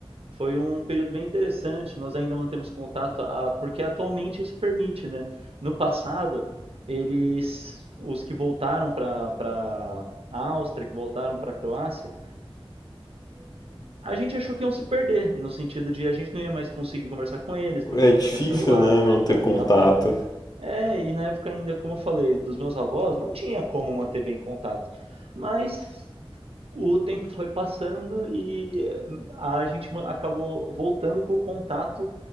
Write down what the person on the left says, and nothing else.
é
difícil,
né, manter
contato.